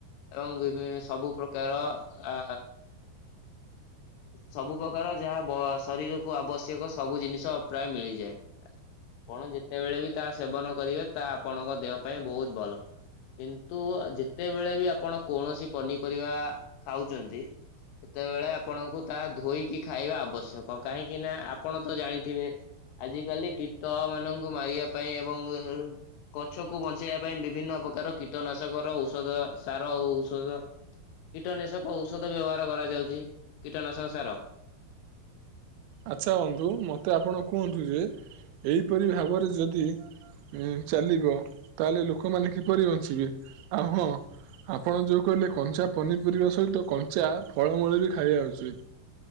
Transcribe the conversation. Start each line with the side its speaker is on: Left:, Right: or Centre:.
Left: ଏବଂ ବିଭି ସବୁ ପ୍ରକାର ଆ। ସବୁ ପ୍ରକାର ଯାହା ବ ଶରୀରକୁୁ ଆବଶ୍ୟକ ସବୁ ଜିନିଷ ପ୍ରାୟ ମିଳିଯାଏ। ଆପଣ ଯେତେବେଳେ ବି ତା ସେବନ କରିବେ ତା ଆପଣଙ୍କ ଦେହ ପାଇଁ ବହୁତ ଭଲ। କିନ୍ତୁ ଯେତେବେଳେ ବି ଆପଣ କୌଣସି ପନିପରିବା ଖାଉଛନ୍ତି। ସେତେବେଳେ ଆପଣଙ୍କୁ। ତାହା ଧୋଇକି ଖାଇବା ଆବଶ୍ୟକ କାହିଁକି ନା ଆପଣ ତ ଜାଣିଥିବେ। ଆଜିକାଲି କୀର୍ତ ମାନଙ୍କୁ ମାରିବା ପାଇଁ ଏବଂ। ଗଛକୁ ବଞ୍ଚେଇବା ପାଇଁ ବିଭିନ୍ନ ପ୍ରକାର କୀଟନାଶକର ଔଷଧ ସାର ଔଷଧ। କୀଟନାଶକ ଔଷଧ ବ୍ୟବହାର କରାଯାଉଛି କୀଟନାଶକ ସାର
Right: ଆଚ୍ଛା ବନ୍ଧୁ ମୋତେ ଆପଣ କୁହନ୍ତୁ ଯେ ଏହିପରି ଭାବରେ ଯଦି ଉ ଚାଲିବ ତାହେଲେ ଲୋକମାନେ କିପରି ବଞ୍ଚିବେ ଆଉ ହଁ ଆପଣ ଯୋଉ କହିଲେ କଞ୍ଚା ପନିପରିବା ସହିତ କଞ୍ଚା ଫଳମୂଳ ବି ଖାଇବା ଉଚିତ,